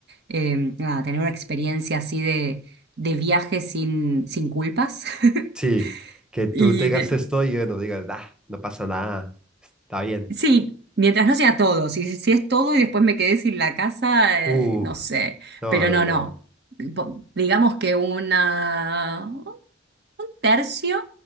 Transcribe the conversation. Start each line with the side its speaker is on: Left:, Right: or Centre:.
Right: em, nada, tener una experiencia así de de viaje sin, sin culpas. <laughs>
Centre: Sí, que tú
Right: Y
Centre: te gastes
Right: de-
Centre: todo y bueno, digas, ah, no pasa nada, está bien.
Right: sí, mientras no sea todo, si, si es todo y después me quedé sin la casa, eh,
Centre: Uh,
Right: no sé,
Centre: no,
Right: pero
Centre: no,
Right: no,
Centre: no,
Right: no. Po- Digamos que una, un tercio,